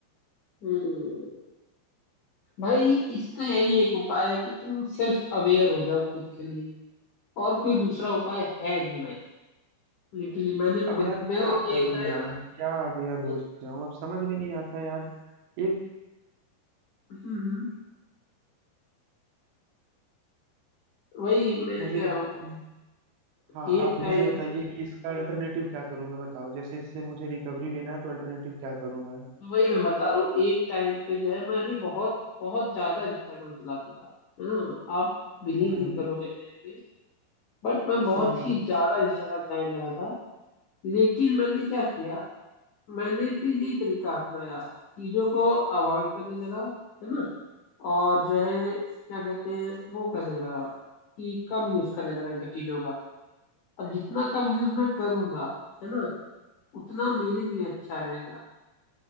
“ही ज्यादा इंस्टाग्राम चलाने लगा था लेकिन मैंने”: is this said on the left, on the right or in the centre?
Left